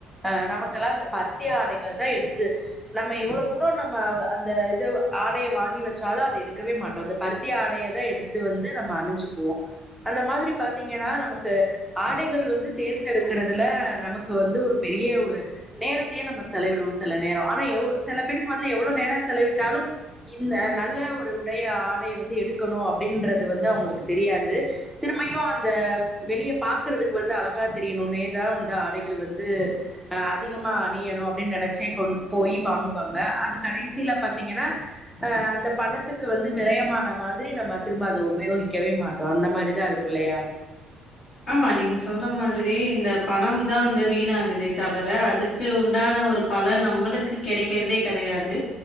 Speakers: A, in the centre; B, on the left.
A: அஹ் நமக்கெல்லாம் அந்த பருத்திய ஆடைகள் தான் எடுத்து நம்ம எவ்வளோ தூரம் நம்ம அந்த இது ஆடையை வாங்கி வச்சாலும் அதை எடுக்கவே மாட்டோம் அந்த பருத்தியி ஆடைய தான் எடுத்து வந்து நம்ம அணிஞ்சுக்குவோம் அந்த மாதிரி பாாரத்தீங்கன்னா நமக்கு ஆடைகள் வந்து தேர்ந்தெடுக்கிறதுல நமக்கு வந்து ஒரு பெரிய ஒரு நேரத்தை ந செலவிடுவோம் சில நேரம் ஆனா எ சில பேருக்கு வந்து எவ்வளவு நேரம் செலவிட்டாலும் இந்த நல்ல ஒரு உடைைய ஆடைைய வந்து எடுக்கணும் அப்படின்றது வந்து அவங்களுக்கு தெரியாது திரும்மும் அந்த வெளிய பாக்குறதுக்கு வந்து அழகா தெரியணும்னேதான் வந்து ஆடைகள் வந்து அஹ் அதிகமா பணியணும் அப்படின்னு நினைச்சே கொ போய் வாங்குவாங்க அது கடைசியில பாத்தீங்கன்னா அஹ் அந்த பணத்துக்கு வந்து விரயமான மாதிரி நம்ம திரும்ப அதை உபயோகிக்கவே மாட்டோம் அந்த மாதிரிதான் இருக்கும் இல்லையா
B: ஆமா நீங்க சொல்ற மாதிரி இந்த பணம் தான் வந்து வீணாகுது தவிர அதுக்கு உண்டான ஒரு பலன் நம்மளுக்கு கிடைக்கிறதே கிடையாது